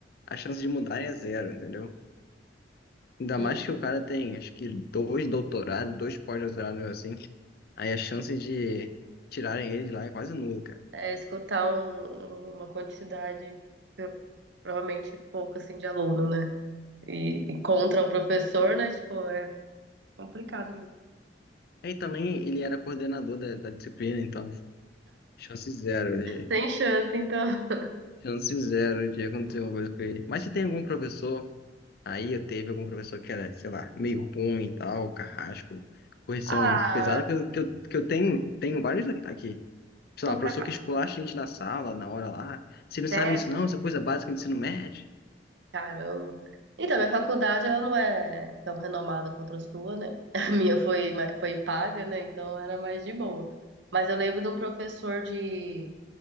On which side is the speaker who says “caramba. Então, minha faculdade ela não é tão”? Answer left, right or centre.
Right